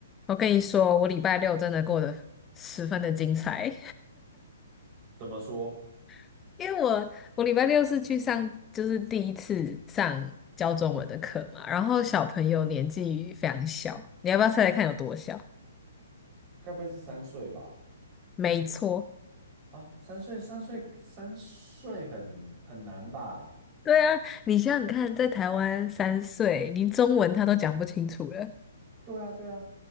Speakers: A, on the left; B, on the right.
A: 我跟你说，我礼拜六真的过得十分的精彩，
B: 怎么说？
A: <laughs> 因为我我礼拜六是去上，就是第一次上教中文的课嘛，然后小朋友年纪非常小，你要不要猜猜看有多小？
B: 该不会是三岁吧？
A: 没错，
B: 啊，三岁，三岁，三岁很很难吧？
A: 对啊，你想想看，在台湾三岁，连中文他都讲不清楚了。
B: 对啊，对啊，